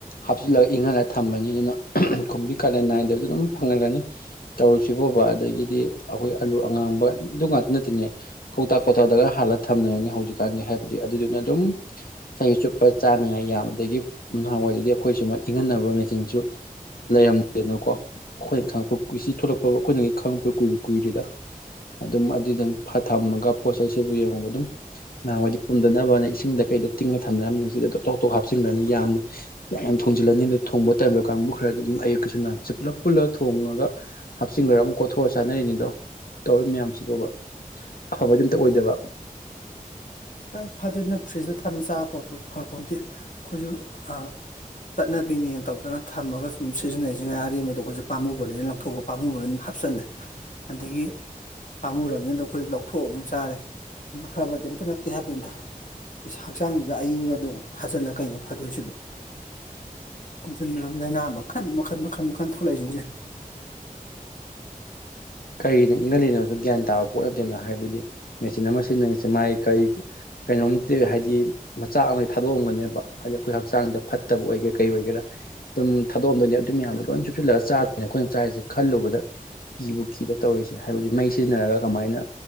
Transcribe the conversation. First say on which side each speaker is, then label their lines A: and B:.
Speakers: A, on the left (about 80°); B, on the left (about 60°).
A: ꯍꯥꯞꯆꯤꯜꯂꯒ ꯏꯪꯍꯜꯂ ꯊꯝꯃꯅꯤ ꯑꯗꯨꯅ ꯀꯨꯝꯕꯤ ꯀꯥꯂꯦꯟ ꯅꯥꯏꯗꯕꯤꯗ ꯑꯗꯨꯝ ꯐꯪꯉꯜꯂꯅꯤ ꯇꯧꯔꯤꯁꯤꯕꯣꯕ ꯑꯗꯒꯤꯗꯤ ꯑꯈꯣꯏ ꯑꯂꯨ ꯑꯉꯥꯡꯕꯗꯨ ꯉꯥꯛꯇ ꯅꯠꯇꯦꯅꯦ ꯀꯧꯇꯥꯥ ꯀꯣꯇꯥꯗꯒ ꯍꯥꯥꯟꯂꯒ ꯊꯝꯅꯔꯅꯤ ꯍꯧꯖꯤꯛꯀꯥꯟꯅꯤ ꯍꯥꯏꯕꯗꯤ ꯑꯗꯨꯗꯨꯅ ꯑꯗꯨꯝ ꯆꯍꯤ ꯆꯨꯞꯄ ꯆꯥꯅꯉꯥꯏ ꯌꯥꯝ ꯑꯗꯒꯤ ꯅꯍꯥꯟꯋꯥꯏꯗꯗꯤ ꯑꯈꯣꯏ ꯁꯨꯃꯥꯏ ꯏꯪꯍꯟꯅꯕ ꯃꯦꯆꯤꯟꯖꯨ ꯂꯩꯔꯝ ꯗꯦꯅꯀꯣ ꯑꯈꯣꯏꯅ ꯈꯪꯉꯛꯄ ꯀꯨꯏ ꯁꯤ ꯊꯣꯛꯂꯛꯄ ꯕꯧ ꯑꯈꯣꯏꯅꯌꯤ ꯈꯪꯉꯛꯄ ꯀꯨꯏꯕꯨ ꯀꯨꯏꯗ꯭ꯔꯤꯗ ꯑꯗꯨꯝ ꯑꯗꯨꯗꯪ ꯐ ꯊꯝꯃꯒ ꯄꯣꯠꯆꯩꯁꯤꯕꯨ ꯌꯦꯡꯉꯣꯕ ꯑꯗꯨꯝ ꯅꯍꯥꯟꯋꯥꯏꯗꯤ ꯄꯨꯝꯗꯅꯕꯅ ꯏꯁꯤ ꯁꯤꯡꯗ ꯀꯩꯗ ꯇꯤꯡꯉ ꯊꯝꯅꯔꯝꯃꯤꯅ ꯑꯩ ꯍꯧꯖꯤꯛ ꯑꯗꯣ ꯇꯣꯞ ꯇꯣꯞ ꯍꯥꯞꯆꯤꯟꯒ꯭ꯔꯅꯤ ꯌꯥꯝꯅ ꯌꯥ ꯌꯥꯝ ꯊꯣꯡꯖꯤꯜꯂꯅꯤ ꯑꯗ ꯊꯣꯡꯕ ꯇꯟꯕ ꯀꯥꯡꯕꯨ ꯈꯔꯗꯤ ꯑꯗꯨꯝ ꯑꯌꯨꯛꯀꯤꯁꯨ ꯅꯨꯡꯗꯥꯡꯒꯤꯁꯨ ꯄꯨꯂꯞ ꯄꯨꯜꯂꯒ ꯊꯣꯡꯉꯒ ꯍꯥꯞꯆꯤꯟꯒ꯭ꯔ ꯑꯃꯨꯛ ꯀꯣꯊꯣꯛꯑ ꯆꯥꯅꯔꯤꯅꯤꯗꯣ ꯇꯧꯔꯤ ꯃꯌꯥꯝꯁꯤꯕꯣꯕ ꯑꯐꯕꯗꯤ ꯑꯝꯇ ꯑꯣꯏꯗꯕ
B: ꯍꯥꯏ ꯐꯗꯣꯏꯅꯣ <unintelligible> ꯐ꯭ꯔꯤꯖꯇ ꯊꯝꯅ ꯆꯥꯕ ꯄꯣꯠꯄ ꯐ ꯄꯣꯟꯇꯦ ꯈꯣꯏꯖꯨ ꯑ ꯆꯠꯅꯕꯤꯅꯦꯅ ꯇꯧꯗꯅ ꯊꯝꯃꯒ ꯁꯨꯝ ꯁꯤꯖꯤꯟꯅꯩꯖꯤ ꯉꯥꯏ ꯑꯔꯦꯝꯕꯗꯣ ꯑꯈꯣꯏꯖꯨ ꯄꯥꯃꯨꯕꯅꯤꯅ ꯂꯪꯊꯣꯛꯄ ꯄꯥꯝꯃꯨꯕꯩ ꯍꯥꯞꯆꯜꯂꯦ ꯑꯗꯒꯤ ꯄꯥꯝꯃꯨꯔ꯭ꯕꯅꯤꯅ ꯗꯨꯝ ꯈꯣꯏꯗꯤ ꯂꯧꯊꯣꯛꯑ ꯑꯃꯨꯛ ꯆꯥꯔꯦ ꯎꯝ ꯑꯐꯕꯗꯤ ꯑꯝꯇ ꯅꯠ__ ꯇꯦ ꯍꯥꯏꯕꯅꯤꯗ ꯏꯁꯥ ꯍꯛꯆꯥꯡꯖꯤꯗ ꯑꯌꯤꯡꯕꯗꯣ ꯊꯥꯖꯤꯜꯂ ꯀꯩꯅꯣ ꯐꯥꯗꯣꯏꯖꯤꯕꯣ ꯑꯗꯨ ꯏꯅ <unintelligible> ꯂꯩꯅꯥ ꯃꯈꯟ ꯃꯈꯟ ꯃꯈꯟ ꯃꯈꯟ ꯊꯣꯂꯛꯏꯖꯤꯡꯖꯦ
A: ꯀꯔꯤꯅ ꯏꯪꯍꯟꯂꯤꯅꯣꯁꯨ ꯒ꯭ꯌꯥꯟ ꯇꯥꯕ ꯄꯣꯠ ꯅꯠꯇꯦꯅ ꯍꯥꯏꯕꯗꯤ ꯃꯦꯆꯤꯟ ꯑꯃ ꯁꯤꯖꯤꯟꯅꯩꯁꯦ ꯃꯥꯒꯤ ꯀꯔꯤ ꯀꯩꯅꯣꯝꯗꯤ ꯍꯥꯏꯗꯤ ꯃꯆꯥꯛ ꯑꯃ ꯊꯥꯗꯣꯛꯑꯝꯒꯅꯤꯕ ꯍꯥꯏꯗꯤ ꯑꯩꯈꯣꯏ ꯍꯛꯆꯥꯡꯗ ꯐꯠꯇꯕ ꯑꯣꯏꯒꯦꯔꯥ ꯀꯩ ꯑꯣꯏꯒꯦꯔꯥ ꯑꯗꯨꯝ ꯊꯥꯗꯣꯛꯑꯝꯗꯣꯏꯅꯦ ꯑꯗꯨ ꯃꯌꯥꯝꯗꯣ ꯂꯣꯏ ꯆꯨꯞꯁꯤꯜꯂꯒ ꯆꯥꯗꯣꯢꯅꯤ ꯑꯩꯈꯣꯏꯅ ꯆꯥꯔꯤꯁꯦ ꯈꯜꯂꯨꯕꯗ ꯀꯤꯕꯨ ꯀꯤꯗ ꯇꯧꯔꯤꯁꯦ ꯍꯥꯏꯕꯗꯤ ꯃꯩ ꯁꯤꯖꯤꯟꯅꯔꯒ ꯀꯃꯥꯏꯅ